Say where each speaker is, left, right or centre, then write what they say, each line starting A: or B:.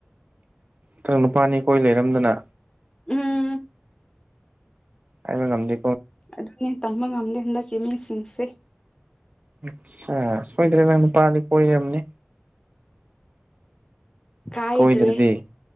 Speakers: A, on the right; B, on the left.
A: ꯅꯪ ꯅꯨꯄꯥꯅꯤ ꯀꯣꯏ ꯂꯩꯔꯝꯗꯅ
B: ꯎꯝ
A: ꯍꯥꯏꯕ ꯉꯝꯗꯦ
B: ꯑꯗꯨꯅꯦ ꯇꯝꯕ ꯉꯝꯗꯦ ꯍꯟꯗꯛꯀꯤ ꯃꯤꯁꯤꯡꯁꯦ
A: ꯑꯥꯠꯁꯥ ꯁꯣꯏꯗ꯭ꯅ ꯅꯪ ꯅꯨꯄꯥ ꯗꯤ ꯀꯣꯏꯔꯝꯅꯤ
B: ꯀꯥꯏꯗ꯭ꯔꯤ
A: ꯀꯣꯏꯗ꯭ꯔꯗꯤ